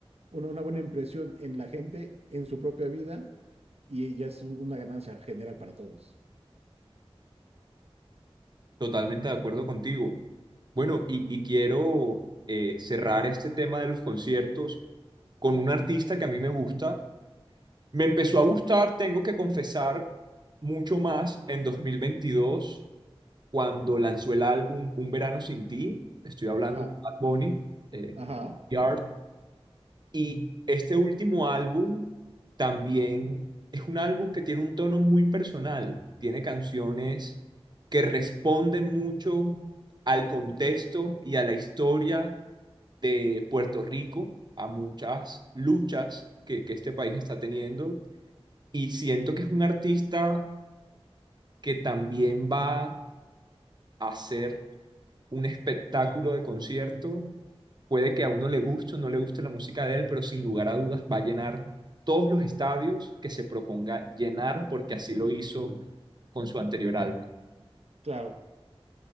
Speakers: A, on the right; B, on the right.
A: una, una buena impresión en la gente, en su propia vida, y ya es un- una ganancia general para todos.
B: Totalmente de acuerdo contigo. Bueno, y, y quiero eh, cerrar este tema de los conciertos con un artista que a mí me gusta. Me empezó a gustar, tengo que confesar, mucho más en 2022 cuando lanzó el álbum Un Verano Sin Ti. Estoy hablando
A: Ajá,
B: de Bad Bunny, eh,
A: ajá.
B: Yard. Y este último álbum también es un álbum que tiene un tono muy personal. Tiene canciones que responden mucho al contexto y a la historia de Puerto Rico a muchas luchas que, que este país está teniendo y siento que es un artista que también va a hacer un espectáculo de concierto. Puede que a uno le guste o no le guste la música de él, pero sin lugar a dudas va a llenar todos los estadios que se proponga llenar porque así lo hizo con su anterior álbum.
A: Claro,